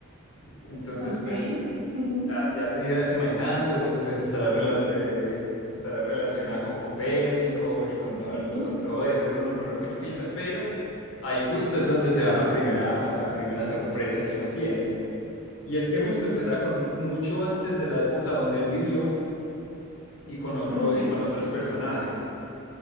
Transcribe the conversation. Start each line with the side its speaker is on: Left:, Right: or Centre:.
Left: Entonces,
Right: Ok,
Left: pues...
Right: ujú,
Left: Ya, ya te ibas imaginando, pues, pues estará, rela- eh, estará relacionada con Copérnico y con
Right: sí,
Left: todo, el- con todo eso, es lo uno primero que uno piensa, pero ahí justo es donde se da la primera, la primera sorpresa que uno tiene. Y es que justo empezaba con mucho antes de la época donde él vivió y con otro,
Right: ok,
Left: y con otros personajes.